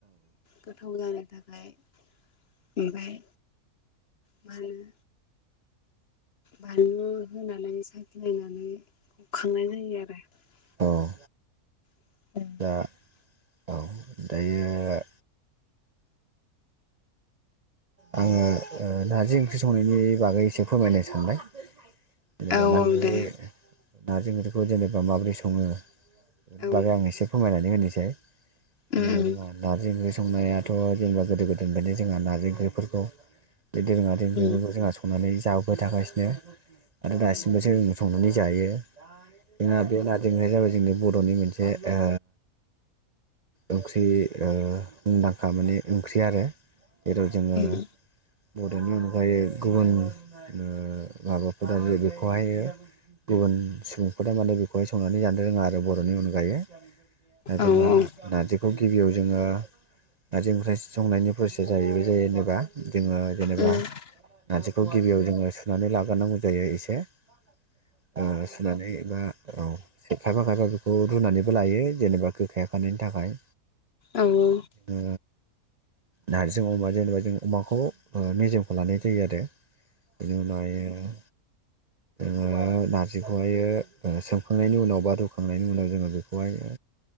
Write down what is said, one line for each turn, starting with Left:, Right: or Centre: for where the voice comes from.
Left: गोथाव जानो थाखाय ओमफ्राय मा होनो बानलु होनानै साखिलायनानै खांनाय जायो आरो ।
Right: औ
Left: <inaudible>
Right: दा औ दायो आङो ओ नारजि ओंख्रि संनायनि बागै एसे फोरमायनो सानबाय । <unintelligible>
Left: औ औ दे
Right: नारजि ओंख्रिखौ जेनेबा माबोरै सङो बेनि
Left: औ उम
Right: बागै आं एसे फोरमायनानै नै होनिसै
Left: उम
Right: जेनेबा जोंहा नारजि ओंख्रै संनायाथ जेनेबा गोदो गोदायनिफ्रायनो जोंहा नारजि ओंख्रिफोरखौ बे दोरोङारि
Left: उम
Right: ओंख्रिफोरखौ जोंहा संनानै जाबोबाय थागासिनो आरो
Left: औ
Right: दासिमबो
Left: उम
Right: सो संनानै जायो। जोंना बे नारजि ओंख्रिया जाबाय जोंनि बर'नि मोनसे ओ ओंख्रि ओ मुंदांखा माने ओंख्रि आरो जेराव जोङो
Left: उम
Right: बर'नि अनगायै गुबुन ओ माबाफोर जे बेखौहाय गुबुन सुबुंफोरा माने बेखौहाय संनानै जानो रोङा आरो बर'नि अनगायै दा
Left: औ
Right: जोंहा
Left: उम औ उम
Right: नारजिखौ गिबियाव जोङो नारजि ओंख्रि संनायनि फ्रसेसा <unintelligible> जायो बा। जोङो जेनेबा
Left: उम
Right: नारजिखौ गिबियाव जोङो सुनानै ला गारनांगौ जायो एसे। से ओ सुनानै बा <unintelligible> खायफा खायफा बेखौ रुनानैबो लायो जेनेबा गोखाया खारनायनि थाखाय
Left: औ औ।
Right: ओ नारजिजों अमा जेनेबा जों अमाखौ ओ मेजेमखौ लानाय जायो आरो। बेनि उनावहायो। जोङो नारजिखौहायो ओ सोमखांनायनि उनाव बा रुखांनायनि उनाव जोङो बे खौहायो